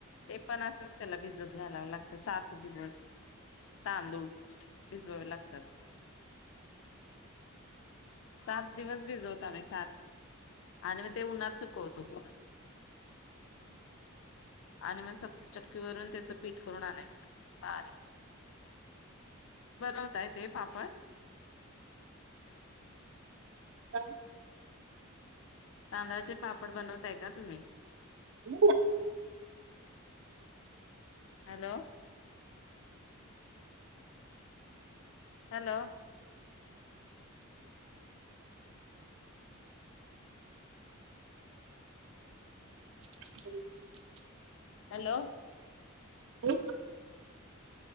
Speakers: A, on the left (about 65°); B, on the right (about 60°).
A: ते पण असच त्याला भिजत घलाव लागत सात दिवस तांदूळ भिजवावे लागतात सात दिवस भिजवतो आम्ही सात आणि मग ते उन्हात सुकवतो पूर्ण आणि मग च चक्की वून त्या पीठ करून आणायचं बारीक बनवतय ते पापड
B: ह
A: तांदळाचे पापड बनवताय का तुम्ही
B: इ
A: हॅलो हॅलो
B: ह
A: हॅलो
B: हो